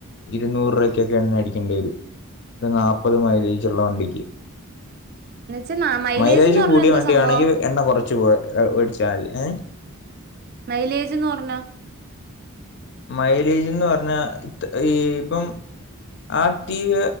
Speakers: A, on the left; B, on the right.
A: ഇരുന്നൂറ് രൂവയ്ക്കൊക്കെ എണ്ണ അടിക്കേണ്ടി വരും. ഒരു നാപ്പത് മൈലേജ്ള്ള വണ്ടിക്ക്
B: എന്ന് വെച്ചാ മൈലേജ്ന്ന്
A: മൈലേജ്
B: പറഞ്ഞ
A: കൂടിയ
B: എന്തോ
A: വണ്ടിയാണെങ്കി
B: സംഭവം
A: എണ്ണ കൊറച്ച് പോ വേടിച്ചാതി ഏ
B: മൈലേജ്ന്ന് പർഞ്ഞ
A: മൈലേജ്ന്ന് പർഞ്ഞാ ഈ ഇപ്പം ആക്റ്റീവ